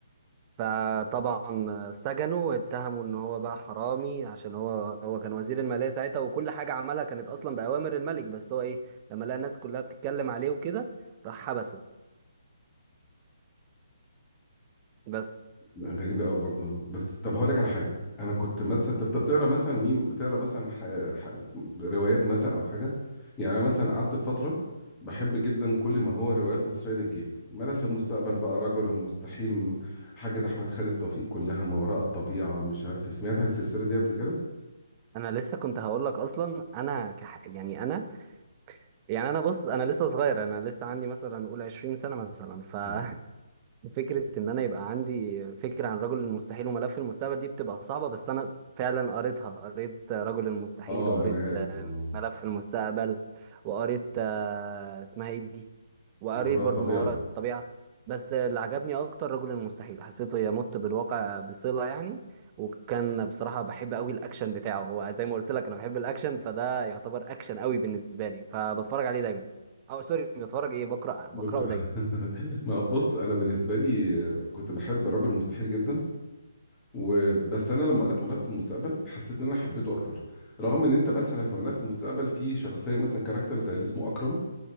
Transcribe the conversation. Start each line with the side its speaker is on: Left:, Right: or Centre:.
Right: فطبعا آه، سجنه واتهموا ان هو بقى حرامي عشان هو هو كان وزير الماليه ساعتها وكل حاجه عملها كانت اصلا باوامر الملك بس هو ايه لما لقى الناس كلها بتتكلم عليه وكده راح حبسه بس
Left: لا، غريبة قوي برضه بس طب هقول لك على حاجة أنا كنت مثلا طب طب بتقرا مثلا مين بتقرا مثلا ح... ح... روايات مثلا أو حاجة يعني أنا مثلا قعدت بفترة بحب جدا كل ما هو روايات مصرية للجيب ملف المستقبل بقى رجل المستحيل م- حاجة أحمد خالد توفيق كلها ما وراء الطبيعة مش عارف إيه. سمعت عن السلسلة دي قبل كده؟
Right: انا لسه كنت هقول لك اصلا انا كح... يعني انا يعني انا بص انا لسه صغير انا لسه عندي مثلا قول 20 سنه مثلا ففكره
Left: مم.
Right: <laughs> ان انا يبقى عندي فكره عن رجل المستحيل وملف المستقبل دي بتبقى صعبه بس انا فعلا قريتها قريت رجل المستحيل
Left: اه
Right: وقريت
Left: ما انا عارف اه
Right: ملف في المستقبل وقريت آه، اسمها ايه دي وقريت
Left: ما وراء
Right: برضو
Left: الطبيعة
Right: ما وراء الطبيعة بس اللي عجبني اكتر رجل المستحيل حسيته يمت بالواقع بصلة يعني وكان بصراحة بحب قوي الاكشن بتاعه هو زي ما قلت لك انا بحب الاكشن فده يعتبر اكشن قوي بالنسبة لي فبتفرج عليه دايما او سوري بتفرج ايه بقرأ بقرأه
Left: بقرا
Right: دايما
Left: <laughs> ما بص انا بالنسبه لي آه، كنت بحب رجل مستحيل جدا وبس انا لما قريت ملف المستقبل حسيت ان انا حبيته اكتر رغم ان انت مثلا في ملف المستقبل في شخصيه مثلا كاركتر زي اللي اسمه اكرم